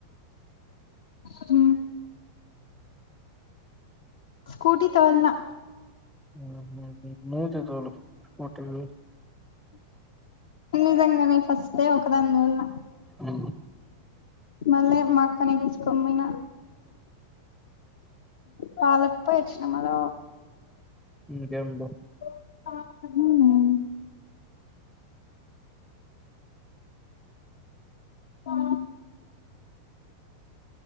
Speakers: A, on the left; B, in the centre.
A: హ్ స్కూటీ తోల్నా.
B: ఆహ నీ <inaudible> తోలు లు
A: నిదంగ్ నె ఫస్టే ఒక దాన్ని తోల్నా
B: ఉమ్
A: మళ్ళీ మా అక్కనే ఎంచుకొమ్మిన పాలకుపోయి వచ్చినామాలో
B: ఇకబా
A: హ ఆ